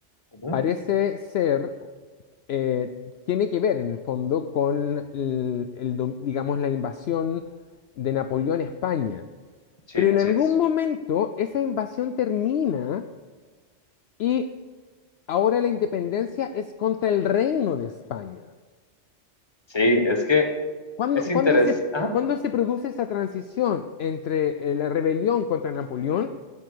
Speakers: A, on the left; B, on the left.
A: ujú,
B: parece ser, eh, tiene que ver en el fondo con el, el dom- digamos, la invasión de Napoleón a España.
A: Sí,
B: Pero en
A: así
B: algún
A: es.
B: momento esa invasión termina y ahora la independencia es contra el reino de España.
A: Sí, es que
B: ¿Cuándo,
A: Es
B: cuándo
A: interesante.
B: se,
A: Ah,
B: cuándo se produce esa transición entre eh, la rebelión contra Napoleón